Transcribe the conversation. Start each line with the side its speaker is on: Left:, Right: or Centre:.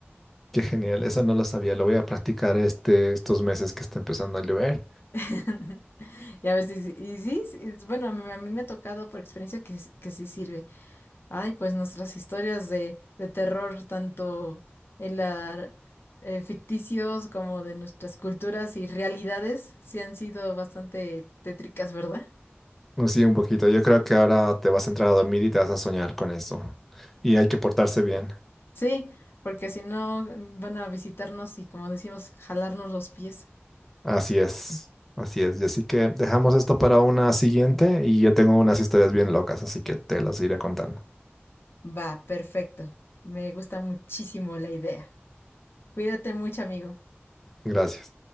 Centre: Qué genial, eso no lo sabía, lo voy a practicar este, estos meses que está empezando a llover.
Left: <laughs> Y a ver si, si- y sí, sí, es- bueno, a mí, a mí me ha tocado por experiencia que, s- que sí sirve. Ay, pues nuestras historias de, de terror, tanto en la, eh, ficticios como de nuestras culturas y realidades, sí han sido bastante tétricas, ¿verdad?
Centre: Mm, Sí, un poquito, yo creo que ahora te vas a entrar a dormir y te vas a soñar con eso. Y hay que portarse bien.
Left: Sí, porque si no mm, van a visitarnos y, como decimos, jalarnos los pies.
Centre: Así es, así es. Y así que dejamos esto para una siguiente y yo tengo unas historias bien locas, así que te las iré contando.
Left: Va, perfecto. Me gusta muchísimo la idea. Cuídate mucho, amigo.
Centre: Gracias.